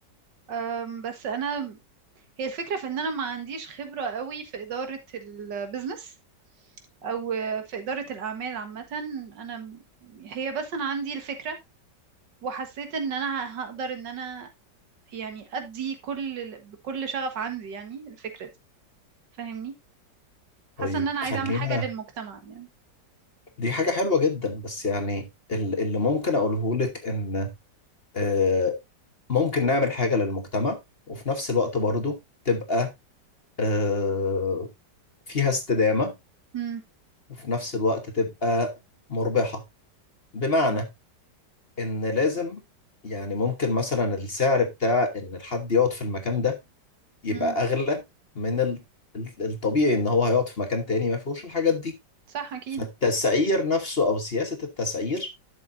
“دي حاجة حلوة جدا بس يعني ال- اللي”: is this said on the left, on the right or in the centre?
Left